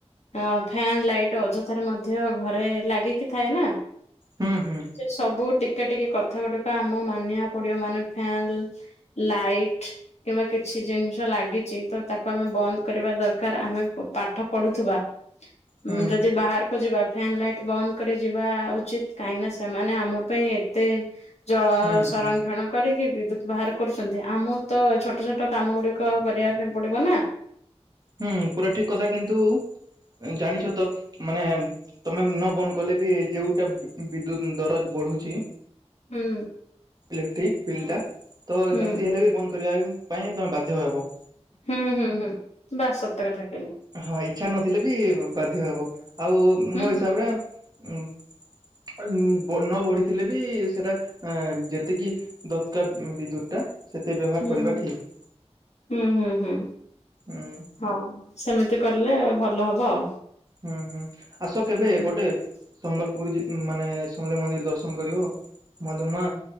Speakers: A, on the left; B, on the right.
A: ଅ ଫ୍ୟନ୍ ଲାଇଟ୍ ଅଯଥାରେ ମଧ୍ୟ ଘରେ ଲାଗିକି ଥାଏ ନା
B: ହୁଁ ହୁଁ
A: ସବୁ ଟିକେ ଟିକେ କଥା ଗୁଡିକ ଆମ ମାନିବା ପଡିବ ମାନେ ଫ୍ୟାନ ଲାଇଟ୍ କିମ୍ବା କିଛି ଜିନିଷ ଲାଗିଛି ତ ତାକୁ ଆମେ ବନ୍ଦ୍ କରିବା ଦରକାର ଆମେ ପାଠ ପଢୁଥୁବା
B: ହୁଁ
A: ଯଦି ବାହାରକୁ ଯିବା। ଫ୍ୟନ୍ ଲାଇଟ୍ ବନ୍ଦ କରି ଯିବା ଉଚିତ୍ କାହିଁକିନା ସେମାନେ ଆମ ପାଇଁ ଏତେ। ଜଳ
B: ହୁଁ
A: ସଂରକ୍ଷଣ।
B: ହୁଁ
A: କରିକି ବିଦ୍ୟୁତ୍ ବାହାର କରୁଛନ୍ତି ଆମ ତ ଛୋଟ ଛୋଟ କାମ ଗୁଡିକ କରିବା ପାଇଁ ପଡି଼ବ ନା
B: ହୁଁ ପୁରା ଠିକ କଥା କିନ୍ତୁ ଜାଣିଛ ତ ମାନେ ତମେ ମୁହଁ ବନ୍ଦ କଲେ ବି ଯେଉଟା ବିଦ୍ୟୁତ ଦରଜ ବଢୁଛି।
A: ହୁଁ
B: ଇଲେକ୍ଟ୍ରିକ ବିଲ୍ ଟା ତ
A: ହୁଁ
B: ଯେମିତି ହେଲେ ବି ବନ୍ଦ କରିବା ପାଇଁ ତମେ ବାଧ୍ୟ ହବ।
A: ହୁଁ ହୁଁ ହୁଁ ବାସ୍ ସତ କଥା କହିଲେ।
B: ହଁ ଇଚ୍ଛା ନଥିଲେ ବି ବାଧ୍ୟ ହବ ଆଉ
A: ହୁଁ
B: ମୋ ହିସାବରେ ଉଁ ନ ବଢି଼ଥିଲେ ବି ସେଟା ଯେତିକି। ଦତ୍କାର ବିଦ୍ୟୁତ୍ ଟା। ସେତେ ବ୍ୟବହାର
A: ହୁଁ
B: କରିବା
A: ହୁଁ
B: ଠିକ୍
A: ହୁଁ ହୁଁ ହୁଁ
B: ହୁଁ
A: ହଉ ସେମିତି କଲେ ଭଲ ହବ ଆଉ।
B: ହୁଁ ହୁଁ ଆସ କେବେ
A: ହୁଁ।
B: ଏପଟେ। ସମ୍ବଲପୁର୍ ମାନେ ସମଲେଇ ମନ୍ଦିର ଦର୍ଶନ କରିବ ମାଧୁମା